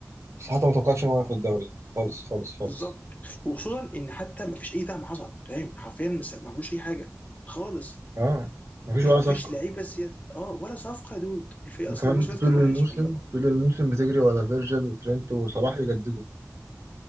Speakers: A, on the right (about 65°); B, on the left (about 30°).
A: بس حتى ما توقعتش ان هو ياخد الدوري يعني. خالص خالص خالص
B: بالظبط وخصوصا ان حتى ما فيش اي دعم حصل فاهم حرفيا ما س- ما عملوش اي حاجه خالص
A: اه مفيش
B: مفيش
A: ولا
B: مفيش
A: صفقه
B: لعيبه سياسة اه ولا صفقه يا دود الفريق اصلا
A: كمان
B: الموسم
A: انت طول
B: ده كان وحش
A: الموسم
B: فاللي هو
A: طول الموسم بتجري ورا فيرجل وترينت وصلاح يجددوا